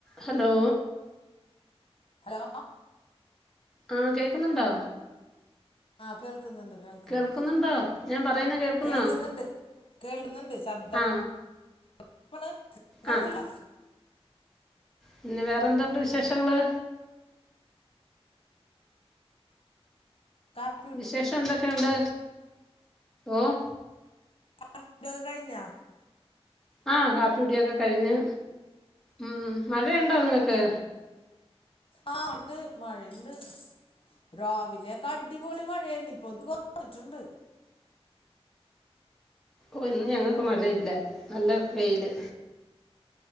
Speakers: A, in the centre; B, on the left.
A: Hello?
B: Hello?
A: ആഹ് കേക്ക്ന്നുണ്ടോ?
B: ആഹ് കേൾക്ക്ന്ന്ണ്ട് കേൾക്ക്ന്ന്ണ്ട്
A: കേൾക്കുന്നുണ്ടോ ഞാൻ പറയുന്നത് കേൾക്കുന്നോ
B: കേൾക്ക്ന്ന്ണ്ട്. കേൾക്ക്ണ്ട് ശബ്ദം
A: ആ
B: <unintelligible> കൊഴപ്പല്ല.
A: ആ പിന്നെ വേറെന്തുണ്ട് വിശേഷങ്ങള്?
B: ക
A: വിശേഷം എന്തൊക്കെയുണ്ട്? ഓഹ്
B: <unintelligible> കഴിഞ്ഞോ
A: ആഹ് കാപ്പി കുടിയൊക്കെ കഴിഞ്ഞ് ഉം. മഴയുണ്ടോ അങ്ങട്ട്?
B: ആഹ് ഇണ്ട് മഴയിണ്ട്. രാവിലെയക്കെ അടിപൊളി മഴയാഴിരുന്ന് ഇപ്പോ ഇതു കൊർഞ്ഞിട്ടുണ്ട്.
A: ഓഹ് ഇന്ന് ഞങ്ങക്ക് മഴയില്ല നല്ല വെയില്.